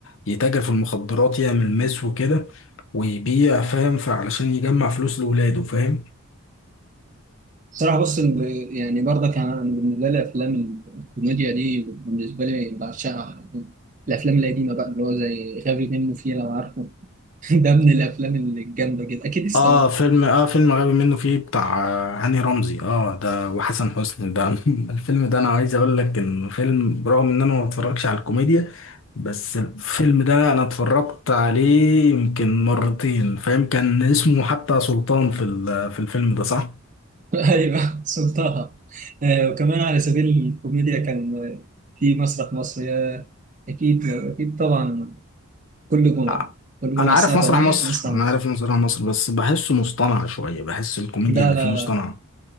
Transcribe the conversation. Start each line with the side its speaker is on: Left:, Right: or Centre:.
Left: يتاجر في المخدرات يعمل مس وكده ويبيع فاهم فعلشان يجمع فلوس لولاده فاهم
Right: صراحة بص ال- يعني برضك أنا أنا بالنسبة لي أفلام الكوميديا دي بالنسبة لي بعشقها الأفلام القديمة بقى اللي هو زي غبي منه فيه لو عارفه <laughs> ده من الأفلام الجامدة جدا أكيد استمع
Left: اه فيلم اه فيلم غبي منه فيه بتاع آه، هاني رمزي اه ده وحسن حسني ده <laughs> الفيلم ده انا عايز اقول لك انه فيلم برغم ان انا ما بتفرجش على الكوميديا بس الفيلم ده انا اتفرجت عليه يمكن مرتين فاهم كان اسمه حتى سلطان في ال- في الفيلم ده صح
Right: <laughs> ايوه سلطها آه، وكمان على سبيل الكوميديا كان آه، في مسرح مصر يا اكيد اكيد طبعا كل جمعه
Left: آه،
Right: كل جمعه
Left: انا عارف
Right: الساعه 8
Left: مسرح مصر
Right: مسرح
Left: انا
Right: مصر
Left: عارف مسرح مصر بس بحسه مصطنع شوية بحس الكوميديا
Right: لا
Left: اللي
Right: لا
Left: فيه مصطنعة
Right: لا